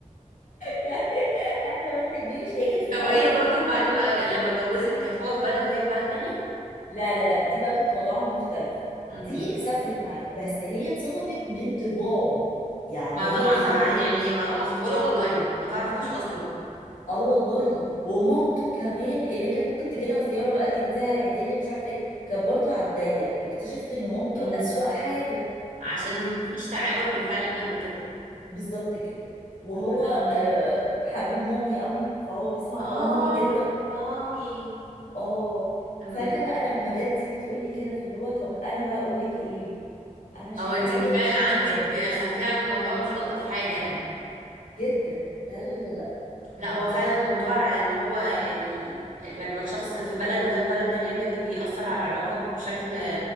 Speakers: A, on the left; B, on the right.
A: يعني احنا ما لحقناش هي كانت في الاول
B: طب هي برضو بعد
A: اه
B: ما لما اتجوزت كانت هو في بلد وهي في بلد تانية
A: لا لا لا دي بقى كانت وضعها مختلف
B: امم
A: دي سافرت معاه بس هي اتصدمت من طباعه يعني
B: ما
A: هي
B: طبعا
A: اتخضت
B: ده ع- يعني ما- مخطوبة له اونلاين ما تعرفوش اصلا
A: اه والله ومامته كمان اللي كانت ممكن تجي لها زياره بقى تديها العيديه مش عارفه ايه كانت برضو على الضيق اكتشفت ان مامته
B: امم
A: اسوأ حاجه
B: عشان مفيش تعامل بالفعل من قبل كده
A: فبالظبط كده وهو
B: طب ما ده غلط
A: آه حبيب مامي قوي فهو بيسمع
B: اه
A: كلام مامي جدا
B: حبيب مامي
A: اه
B: امم
A: فانا بقى لما جت دي بتقول لي كده فاللي هو طب انا بقى اقول لك ايه انا شايفاها
B: او انت
A: حاجه
B: بالفعل
A: وحشه
B: عندك
A: جدا
B: خلفية عن الموضوع مش ألطف حاجة يعني
A: جدا لا لا لا لا
B: لا
A: مش
B: هو فعلا الموضوع ان هو ال... لما الشخص في بلد وده في بلد تانية بجد بيأثر على العلاقة بشكل